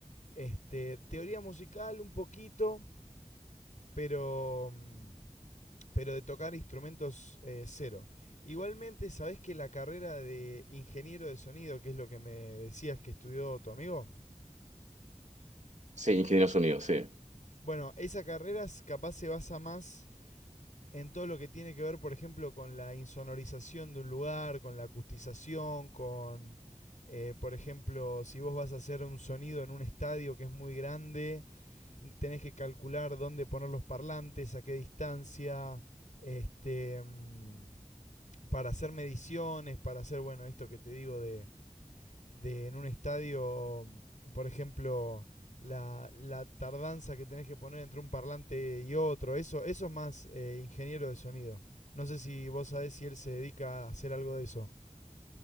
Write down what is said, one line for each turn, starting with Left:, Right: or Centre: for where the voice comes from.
Left: Este, teoría musical un poquito, pero, mm, pero de tocar instrumentos eh, cero. Igualmente, ¿sabés que la carrera de ingeniero de sonido, que es lo que me decías que estudió tu amigo?
Right: Sí, ingeniero en sonido, sí.
Left: Bueno, esa carrera s- capaz se basa más en todo lo que tiene que ver, por ejemplo, con la insonorización de un lugar, con la acustización, con, eh, por ejemplo, si vos vas a hacer un sonido en un estadio que es muy grande, tenés que calcular dónde poner los parlantes, a qué distancia, este, mm, para hacer mediciones, para hacer, bueno, esto que te digo de, de en un estadio, por ejemplo, la, la tardanza que tenés que poner entre un parlante y otro, eso, eso es más eh, ingeniero de sonido. No sé si vos sabés si él se dedica a hacer algo de eso.